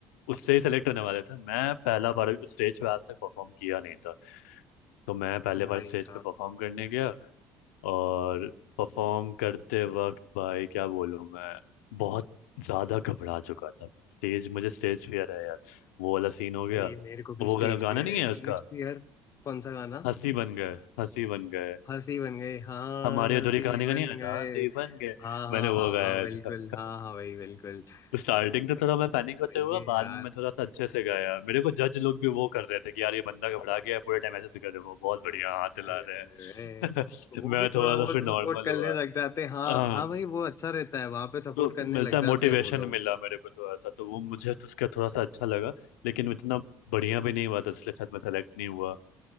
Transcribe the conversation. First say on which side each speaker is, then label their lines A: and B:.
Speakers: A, on the left (about 80°); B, on the left (about 40°).
A: उससे ही सेलेक्ट होने वाले थे मैं पहला बार स्टेज पे आज तक परफॉर्म किया नहीं था तो मैं पहले
B: भाई
A: बार स्टेज
B: साहब
A: पे परफॉर्म करने गया और परफॉर्म करते वक्त भाई क्या बोलूँ मैं बहुत ज़्यादा घबरा चुका था स्टेज मुझे स्टेज फियर है यार वो वाला सीन हो गया
B: भाई मेरे को भी
A: वो
B: स्टेज
A: गा- गाना
B: फियर
A: नहीं
B: है
A: है
B: स्टेज
A: उसका
B: फियर कौन सा गाना
A: हंसी बन गए हंसी बन गए
B: हंसी बन गए हाँ
A: हमारी
B: हंसी
A: अधूरी कहानी
B: बन
A: का नहीं आता
B: गए
A: हाँ, हंसी बन गए
B: हाँ हाँ
A: मैंने
B: हाँ
A: वो गाया
B: हाँ बिल्कुल
A: था
B: हाँ हाँ भाई बिल्कुल
A: स्टार्टिंग
B: अरे भाई
A: तो थोड़ा
B: साहब
A: मैं पैनिक
B: सही
A: होते हुआ
B: है
A: बाद
B: यार
A: में मैं थोड़ा सा अच्छे से गाया मेरे को जज लोग भी वो कर रहे थे कि यार ये बंदा घबरा गया है पूरे टाइम ऐसे से कर रहे हो बहुत बढ़िया हाथ हिला
B: अरे अरे
A: रहे हैं
B: अरे
A: <laughs>
B: वो
A: मैं
B: भी थोड़ा
A: थोड़ा
B: बहुत
A: सा फिर नॉर्मल
B: सपोर्ट करने
A: हुआ
B: लग जाते हैं हाँ
A: हाँ
B: हाँ भाई वो अच्छा रहता है वहां पे सपोर्ट
A: तो
B: करने
A: मिलता
B: लग
A: है
B: जाते
A: मोटिवेशन
B: हैं वो लोग
A: मिला मेरे को थोड़ा सा तो वो मुझे तो उसका थोड़ा सा अच्छा लगा लेकिन इतना बढ़िया भी नहीं हुआ था इसलिए शायद मैं सेलेक्ट नहीं हुआ